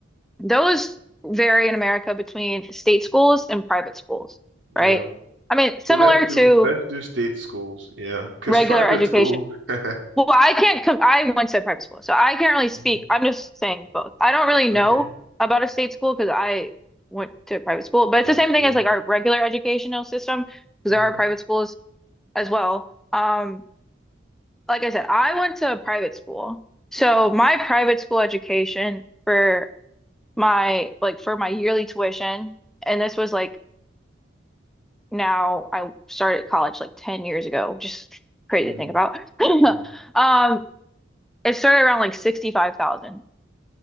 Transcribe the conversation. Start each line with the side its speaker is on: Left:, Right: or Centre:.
Centre: those vary in America between state schools and private schools,
Right: Yeah.
Centre: right? I mean,
Right: So
Centre: similar
Right: let's do
Centre: to
Right: let's do state schools, yeah, because
Centre: regular
Right: private
Centre: education.
Right: schools. <laughs>
Centre: Well, I can't com I went to a private school, so I can't really speak.
Right: Mhm.
Centre: I'm just saying both. I don't really know
Right: Okay,
Centre: about a state school because I went to a private school, but it's
Right: Prob-
Centre: the same thing
Right: yeah.
Centre: as like our regular educational system because
Right: hmm
Centre: there are private schools as well. Um, like I said, I went to a private school. So my private school education for my like for my yearly tuition, and this was like now I started college like 10 years ago, which is crazy
Right: mm
Centre: to think about. <laughs>
Right: mm.
Centre: Um, it started around like 65,000.